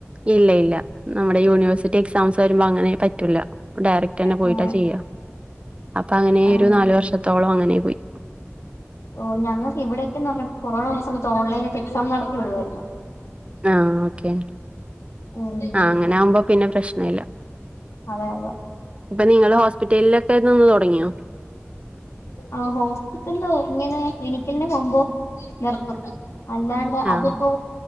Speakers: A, on the right; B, on the left.
A: ഇല്ല ഇല്ല നമ്മുടെ യൂണിവേഴ്സിറ്റി എക്സാംസ് വരുമ്പോ അങ്ങനെ പറ്റൂല്ല ഡയറക്റ്റ് തന്നെ പോയിട്ടാ
B: ആ
A: ചെയ്യുക അപ്പം അങ്ങനെ
B: ആ
A: ഒരു നാല് വർഷത്തോളം അങ്ങനെ പോയി
B: ഓ ഞൾക്ക് ഇവിടൊക്കേന്ന് പറഞ്ഞ കൊറോണള്ള സമയത്ത് ഓൺലൈനായിട്ട് എക്സാം നടത്തി വിടുവായിരുന്നു
A: ആ ഓക്കേ
B: ഉം
A: ആഹ അങ്ങനെ ആകുമ്പോ പിന്നെ പ്രശ്ന ഇല്ല
B: അതെ അതെ
A: ഇപ്പൊ നിങ്ങള് ഹോസ്പിറ്റലിലൊക്കെ നിന്ന് തുടങ്ങിയോ
B: ആ ഹോസ്പിറ്റലങ്ങനെ ക്ലിനിക്കലിനെ പോകുമ്പോ നിർത്തും അല്ലാണ്ട്
A: ആഹ്
B: അതിപ്പോ